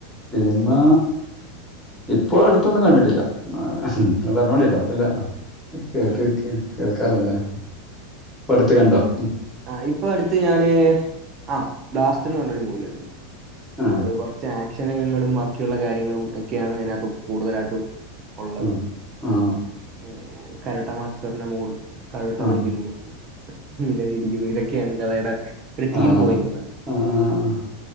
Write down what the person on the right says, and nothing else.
ആ
ആഹ് ഇപ്പൊ അട്ത്ത് ഞാന് ആഹ് ബ്ലാസ്റ്റ്ൻന്ന്പർഞ്ഞൊരു മൂവി കണ്ടു.
അ്യ്ല് കൊർച്ച് ആക്ഷന് രംഗങ്ങളും ബാക്കിയുള്ള കാര്യങ്ങളും ഒക്കെയാണ് അയിനാത്ത് കൂടുതലായിട്ടും ഒള്ളത്
ഉം കരാട്ടാ മാസ്റ്ററിൻ്റ മോള് കരാട്ട
പഠിക്കിന്നെ എല്ലാരേം ഇടിക്കിന്നെ ഇതൊക്കെയാണ് കഥയുടെ ഒരു തീം
പോയേക്കുന്നെ.